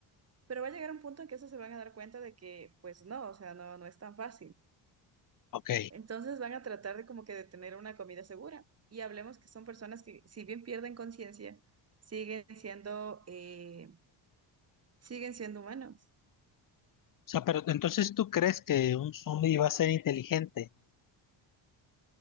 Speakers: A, on the right; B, on the left.
A: Pero va a llegar un punto en que eso se van a dar cuenta de que, pues no, o sea, no, no es tan fácil.
B: Ok.
A: Entonces van a tratar de como que de tener una comida segura. Y hablemos que son personas que, si bien pierden conciencia, siguen siendo, eh, siguen siendo humanos.
B: O sea, pero entonces tú crees que un zombie va a ser inteligente.